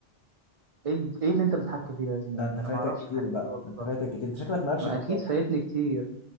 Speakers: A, on the right; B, on the left.
A: ايه الج- إيه اللي انت بتحكي فيه ده يا زميلي
B: ده انت
A: انا
B: فايتك
A: ما اعرفش
B: كتير
A: الحاجات
B: بقى
A: دي والله
B: ده انت فايتك كتير انت شكلك مالكش
A: ما
B: في الطبخ
A: اكيد فايتني كتير